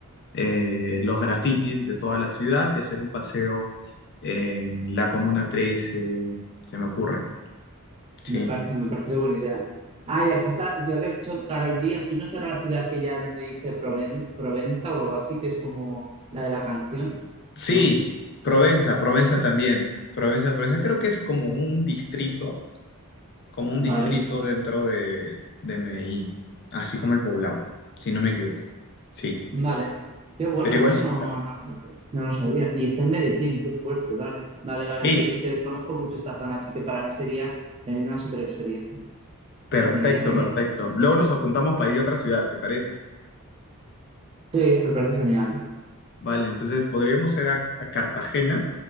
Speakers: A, on the left (about 50°); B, on the right (about 25°).
A: eh, los grafitis de toda la ciudad y hacer un paseo en la Comuna 13, se me ocurre. Sí.
B: me parece, me parece buena idea. Ah, y aquí está, que has dicho Carol G, aquí no será la ciudad aquella donde dice Proven- Provenza o algo así, que es como la de la canción.
A: Sí,
B: No,
A: Provenza, Provenza también. Provenza, Provenza creo que es como un distrito, como un
B: vale,
A: distrito
B: un distrito.
A: dentro de, de Medellín, así como el Poblado, si no me equivoco. Sí,
B: Vale, qué bueno,
A: pero igual
B: esto
A: súper.
B: no, no, no lo sabía. Y está en Medellín, qué fuerte, vale. Vale, vale,
A: Sí,
B: ok. Es que desconozco mucho esta zona, así que para mí sería también una super experiencia.
A: perfecto,
B: Eh,
A: perfecto. Luego nos apuntamos para ir a otra ciudad, ¿te parece?
B: sí, me parece genial.
A: Vale, entonces podríamos ir a, a Cartagena,